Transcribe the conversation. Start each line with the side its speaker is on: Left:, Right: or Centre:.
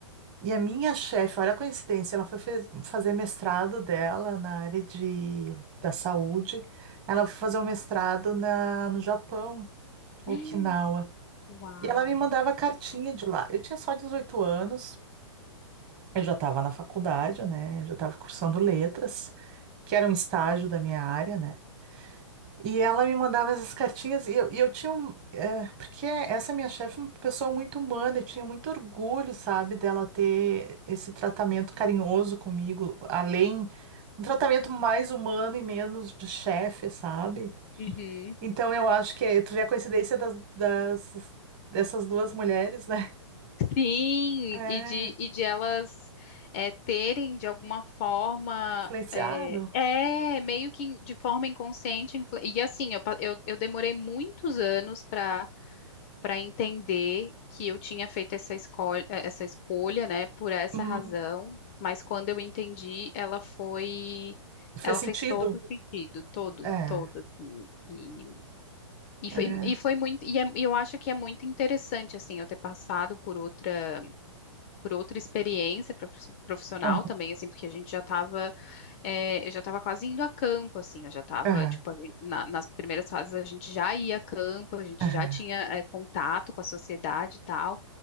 Right: E a minha chefe, olha a coincidência, ela foi fe- fazer mestrado dela na área de, da saúde. Ela foi fazer um mestrado na, no Japão. Okinawa.
Left: <gasps> Uau!
Right: E ela me mandava cartinha de lá. Eu tinha só 18 anos, eu já estava na faculdade, né? Eu já estava cursando letras, que era um estágio da minha área, né? E ela me mandava essas cartinhas e eu, e eu tinha um. eh, porque essa minha chefe é uma pessoa muito humana, eu tinha muito orgulho, sabe, dela ter esse tratamento carinhoso comigo, além. Um tratamento mais humano e menos de chefe, sabe?
Left: Uhum.
Right: Então eu acho que é- tu vê a coincidência das, das- dessas duas mulheres, né?
Left: Sim,
Right: É,
Left: e de, e de elas é, terem de alguma forma.
Right: influenciado.
Left: É, é, meio que in- de forma inconsciente. influ- E assim, eu, pa- eu, eu demorei muitos anos para para entender que eu tinha feito essa escolha, essa escolha, né, por essa
Right: Uhum.
Left: razão. Mas quando eu entendi, ela foi.
Right: Fez
Left: Ela
Right: sentido.
Left: fez todo sentido, todo,
Right: É,
Left: todo. assim. E, e
Right: é.
Left: foi, e foi muito. E é- e eu acho que é muito interessante, assim, eu ter passado por outra por outra experiência profi- profissional
Right: Aham,
Left: também, assim, porque a gente já estava, eu já estava quase indo a campo, assim, eu já estava,
Right: aham,
Left: tipo, a gente- na- nas primeiras fases a gente já ia a campo, a gente
Right: aham,
Left: já tinha, eh, contato com a sociedade e tal,